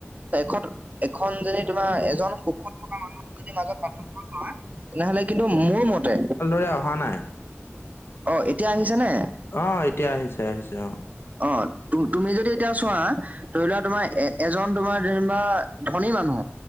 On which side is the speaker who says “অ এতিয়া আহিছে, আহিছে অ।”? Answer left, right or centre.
Left